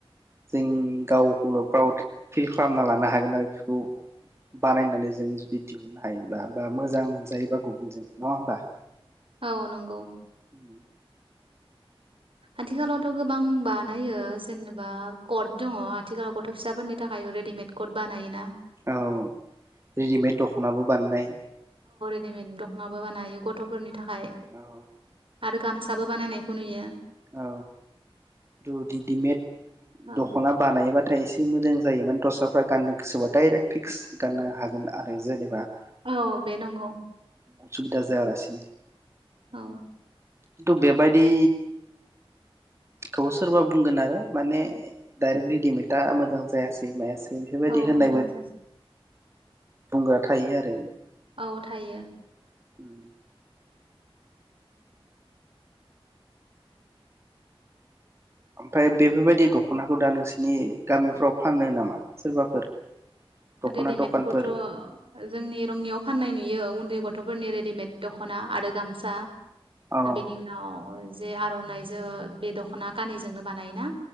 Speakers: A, on the right; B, on the right.
A: जों गावखौ प्राउड फिल खालामना लानो हागोन आरो बेफोरखौ बानायनानै जों जुदि दिहुननो हायोब्ला बा मोजां मोनजायोबा गुबुनजों नङा होमबा?
B: औ नंगौ ।
A: उम
B: आथिखालावथ' गोबां बानायो जेनेबा कट दङ आथिखालाव गथ' फिसाफोरनि थाखायबो रेडिमेड कट बानायोना
A: औ रेडिमेद दख'नाबो बानायनाय ।
B: रेडिमेद दख'नाबो बानायो । गथ'फोरनि थाखाय ।
A: औ
B: आरो गामसाबो बानायनायखौ नुयो ।
A: औ दु डिडिमेट
B: औ
A: दख'ना बानायोबाथाय एसे हि मोजां जायोमोन दस्राफ्रा गाननो गोसोबा डाइरेक्ट फिक्स गाननो हागोन आरो जेनेबा ।
B: औ बे नंगौ ।
A: उसुबिदा जाया लासिनो ।
B: औ
A: थ बेबायदि खौ सोरबा बुंगोन आरो माने डाइरेक्ट रेडिमेदा मोजां जायासै मायासै बेफोरबायदि
B: औ
A: होननायबो
B: मोजां जास
A: बुंग्रा थायो आरो ।
B: औ थायो ।
A: <unintelligible> ओमफाय बेफोरबायदि दख'नाखौ दा नोंसोरनि गामिफ्राव फानो नामा सोरबाफोर? दख'ना
B: रेडिमेडखौथ'
A: दखानफोर
B: जोंनि रंगियाव फाननाय नुयो उन उन्दै गथ'फोरनि रेडिमेद दख'ना आरो गामसा ।
A: औ
B: हा बेेनि उनाव जे आर'नाइजों बे दख'ना कानिजोंनो बानायोना?